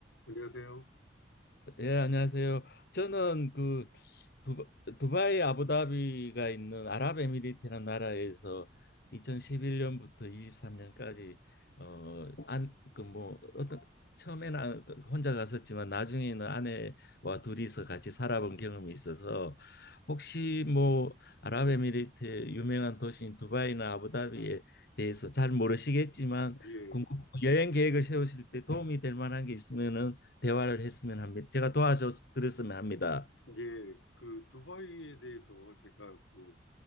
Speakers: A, on the left; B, on the left.
A: 안녕하세요.
B: 예, 안녕하세요. 저는 그 두바, 두바이 아부다비가 있는 아랍에미리트라는 나라에서 2011년부터 23년까지 어, 안, 그 뭐 어떤 처음에는 안- 혼자 갔었지만 나중에는 아내와 둘이서 같이 살아본 경험이 있어서 혹시 뭐 아랍에미리트의 유명한 도시인 두바이나 아부다비에 대해서 잘 모르시겠지만
A: 예,
B: 궁금 여행 계획을 세우실 때 도움이 될 만한 게 있으면은 대화를 했으면 합니다. 제가 도와줬으면 합니다.
A: 예, 그 두바이에 대해서 제가 뭐